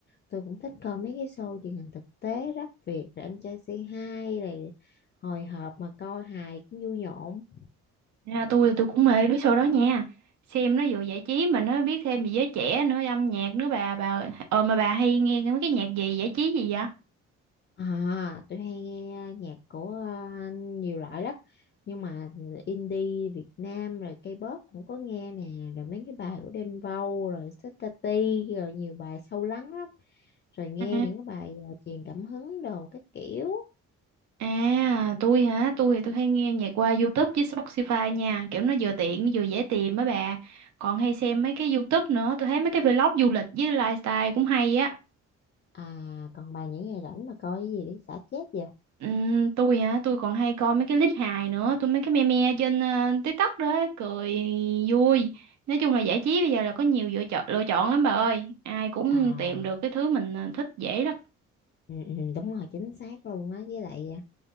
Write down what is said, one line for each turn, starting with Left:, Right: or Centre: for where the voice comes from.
Left: tôi cũng thích coi mấy cái show truyền hình thực tế rap Việt rồi anh trai C2 rồi hồi hộp mà coi hài cũng vui nhộn
Right: Ra tôi thì tôi cũng mê mấy show đó nha. Xem nó vừa giải trí mà nó biết thêm về giới trẻ nữa, âm nhạc nữa bà bà. Ờ mà bà hay nghe mấy cái nhạc gì giải trí gì vậy?
Left: à tôi hay nghe nhạc của ờ, nhiều loại lắm nhưng mà indie Việt Nam rồi K-pop cũng có nghe nè rồi mấy cái bài của Đen Vâu rồi Tati rồi nhiều bài sâu lắng lắm rồi nghe
Right: À,
Left: những cái bài ờ, truyền cảm hứng đồ các kiểu
Right: à tôi hả? Tôi thì tôi hay nghe nhạc qua YouTube với Spotify nha, kiểu nó vừa tiện nó vừa dễ tìm á bà. Còn hay xem mấy cái YouTube nữa, tôi thấy mấy cái vlog du lịch với lifestyle cũng hay á.
Left: à còn bài những ngày rảnh mà coi cái gì để xả chết vậy
Right: Ừm, tôi hả tôi còn hay coi mấy cái clip hài nữa tôi mấy cái meme trên ờ, TikTok đó cười vui nói chung là giải trí bây giờ là có nhiều lựa chọn lựa chọn lắm bà ơi ai cũng
Left: à
Right: tìm được cái thứ mình ờ, thích dễ lắm
Left: ừ, ừ, đúng rồi chính xác luôn á với lại ờ,